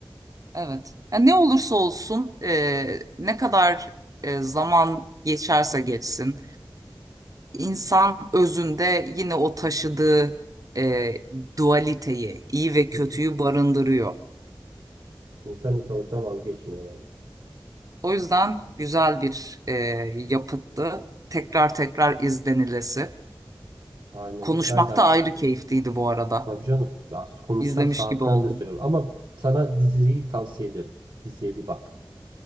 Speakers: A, on the right; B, on the right.
A: evet. Yani ne olursa olsun e, ne kadar e, zaman geçerse geçsin insan özünde yine o taşıdığı e, dualiteyi, iyi ve kötüyü
B: Hı.
A: barındırıyor.
B: İnsan insanlıktan vazgeçmiyor yani.
A: O yüzden güzel bir e, yapıttı. Tekrar tekrar izlenilesi.
B: Aynen
A: Konuşmak
B: öyle. Ben de aynı
A: da ayrı
B: fikirdeyim.
A: keyifliydi bu arada.
B: Tabii canım. Ya konuşsak
A: İzlemiş
B: saatlerce
A: gibi oldum.
B: sürer. Ama sana diziyi tavsiye ederim. Diziye bir bak.